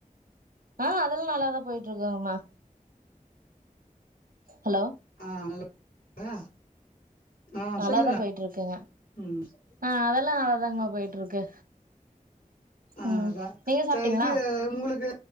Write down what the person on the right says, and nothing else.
ஆ அதெல்லாம் நல்லாதான் போயிட்டு இருக்கங்கமா ஹலோ
நல்லாதான்
போயிட்டு இருக்குங்க
ஆஹ் அதெல்லா நல்லாதாங்கமா போயிட்டு இருக்கு
ம் நீங்க
சாப்ட்டீங்களா